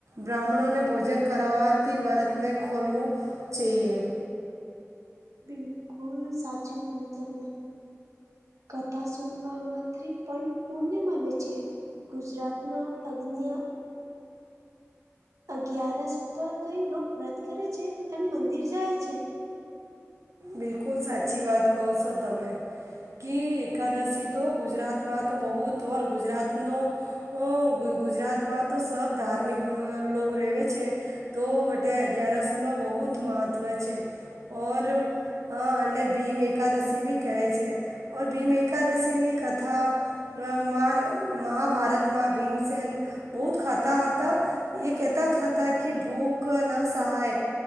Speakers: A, on the right; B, on the right.
A: બ્રાહ્મણોને ભોજન કરાવથી, વ્રતને ખોલવું જોઈએ.
B: બિલકુલ, સાચું કહ્યું તમે. કથા સુનવા માથી પણ પુણ્ય માને છે. ગુજરાતમાં અગ્નિ અગિયારસ. પર કઈ લો વ્રત કરે છે, અને મંદિર જાય છે.
A: બિલકુલ, સાચી વાત કહો છો તમે. કે એકાદશી તો ગુજરાતમાં તો બહુ ઓર ગુજરાતનો હ, ગુજરાતમાં તો સબ ધાર્મિક લોગ રહેવે છે. તો વટે અગયારસો નો બહુત મહત્વ છે, ઓર. અ અને ભીમ એકાદશી બી કહે છે, ઓર ભીમ એકાદશીની કથા. મહાભારતમાં ભીમસેન બહુ જ ખાતા હતા. એ કહેતા હતા કે, ભૂખ ના સહાય.